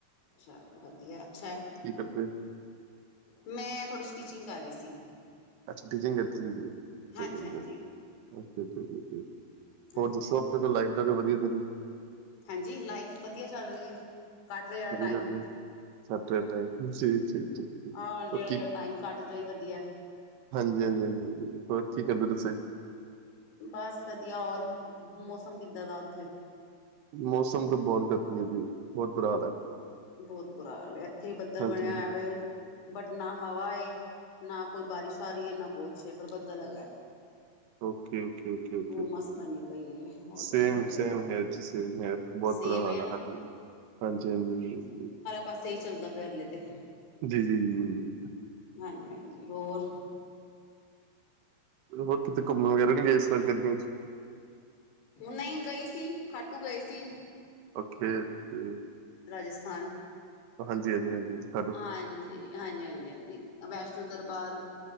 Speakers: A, on the left (about 85°); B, on the right (about 70°).
A: ਚਲੋ ਵਦੀਆ ਅੱਛਾ ਐ,
B: ਕਰਦੇ?
A: ਮੈਂ ਥੋੜੀ ਸਟੀਿਚਿੰਗ ਕਰ ਰੀ ਸੀ।
B: ਅੱਛਾ, ਸਟੀਚਿੰਗ ਕਰਦੇ ਤੁਸੀਂ ਵੀ। ਅੱਛਾ-ਅੱਛਾ,
A: ਹਾਂਜੀ-ਹਾਂਜੀ, ਹਾਂਜੀ-ਹਾਂਜੀ,
B: <unintelligible>
A: ਹਾਂਜੀ
B: ਹੋਰ ਦੱਸੋ
A: ਹਾਂਜੀ
B: ਅਪਣੀ ਲਾਈਫ ਦਾ ਕੋਈ ਵਧੀਆ ਜੇਆ ਦਿਨ
A: ਹਾਂਜੀ, ਲਾਈਫ ਵਦੀਆ ਚੱਲ ਰਹੀ ਏ ਕੱਟ ਰੇਆ
B: ਵਧੀਆ
A: ਟਾਈਮ।
B: ਗੱਲ ਏ ਸੈਟਰਡੇ ਜੀ, ਜੀ, ਜੀ, ਜੀ ਹੋਰ
A: ਆਹ ਜੇੜਾ-ਜੇੜਾ ਟਾਈਮ ਕਟ ਜੇ ਓਈ ਵਧੀਐ।
B: ਹਾਂਜੀ-ਹਾਂਜੀ-ਹਾਂਜੀ, ਹੋਰ ਕੀ ਕਰਦੇ ਤੁਸੀਂ?
A: ਬਸ ਵਧੀਆ ਔਰ ਮੌਸਮ ਕਿੱਦਾਂ ਦਾ ਓਥੇ?
B: ਮੌਸਮ ਤੇ ਬੋਤ ਗਰਮੀ ਏ ਜੀ। ਬਹੁਤ ਬੁਰਾ ਹਾਲ ਹੈ
A: ਬੋਤ ਬੁਰਾ ਹਾਲ ਏ, ਐਥੇ ਵੀ ਬੱਦਲ
B: ਹਾਂਜੀ
A: ਬਣਿਆ ਹੋਯਾ ਵੇ। ਬਟ ਨਾ ਹਵਾ ਏ, ਨਾ ਕੋਈ ਬਾਰਿਸ਼ ਆ ਰੀ ਏ ਨਾ ਕੁਛ ਏ ਪਰ ਬੱਦਲ ਹੈਗਾ।
B: ਓਕੇ-ਓਕੇ-ਓਕੇ-ਓਕੇ-ਓਕੇ,
A: ਗੁਮਸ ਬਣੀ ਪਈ ਹੈ ਹੋਰ
B: ਸੇਮ
A: ਕੀ ਕਰ
B: ਸੇਮ ਹੇਅਰ ਜੀ ਸੇਮ ਹੇਅਰ। ਬੋਤ
A: ਸੇਮ
B: ਬੁਰਾ
A: ਹੈ
B: ਹਾਲ ਐ
A: ਨਾ
B: ਹਾਂਜੀ, ਹਾਂਜੀ-ਹਾਂਜੀ।
A: ਬਸ ਏਹੀ ਚੱਲਦਾ ਪੇਆ ਹਲੇ ਤੇ
B: ਜੀ ਜੀ ਜੀ
A: ਹਾਂਜੀ-ਹਾਂਜੀ ਹੋਰ?
B: ਹੋਰ ਕਿਤੇ ਘੁੰਮਣ ਵਗੈਰਾ ਨੀ ਗਏ ਏਸ ਵਾਰ ਗਰਮੀ ਚ।
A: ਨਈਂ ਗਈ ਸੀ, ਖਾਟੂ ਗਏ ਸੀ।
B: ਓਕੇ ਫੇਰ
A: ਰਾਜਸਥਾਨ
B: ਹਾਂਜੀ-ਹਾਂਜੀ-ਹਾਂਜੀ-ਹਾਂਜੀ।
A: ਹਾਂਜੀ, ਹਾਂਜੀ-ਹਾਂਜੀ-ਹਾਂਜੀ ਅ ਵੈਸ਼ਨੋ ਦਰਬਾਰ